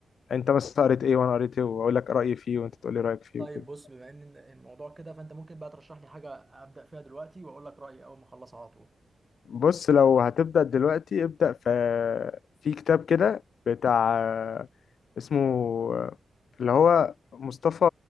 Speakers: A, on the left (about 75°); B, on the right (about 15°).
A: انت مثلا قريت ايه وانا قريت ايه واقول لك رأيي فيه وانت تقول لي رأيك فيه
B: طيب
A: وكده
B: بص بما ان الموضوع كده فانت ممكن بقى ترشح لي حاجه ابدا فيها دلوقتي واقول لك رايي اول ما اخلصها على طول
A: بص لو هتبدأ دلوقتي ابدأ في في كتاب كده بتاع اسمه اللي هو مصطفى